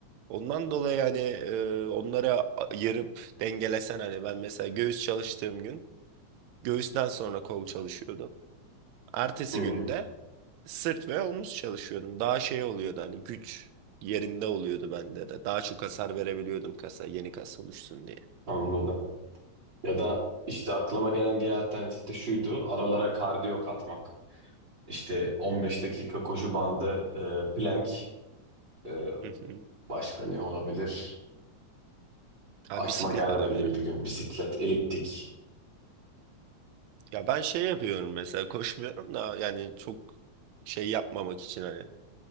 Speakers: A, on the right (about 75°); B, on the right (about 40°).
A: Ondan dolayı hani e, onlara ayırıp dengelesen hani ben mesela göğüs çalıştığım gün göğüsten sonra kol çalışıyordum. Ertesi
B: Hmm,
A: günde sırt ve omuz çalışıyordum. Daha şey oluyordu hani güç yerinde oluyordu bende de. Daha çok hasar verebiliyordum kasa, yeni kas oluşsun diye.
B: anladım. Ya da işte aklıma gelen bir alternatif de şuydu. Aralara kardiyo katmak. İşte 15 dakika koşu bandı, e, plank, e,
A: Hı hı.
B: başka ne olabilir?
A: Ha,
B: Açma
A: bisiklet
B: germe
A: olabilir.
B: gibi bir gün. Bisiklet, eliptik.
A: Ya ben şey yapıyorum mesela koşmuyorum da yani çok şey yapmamak için hani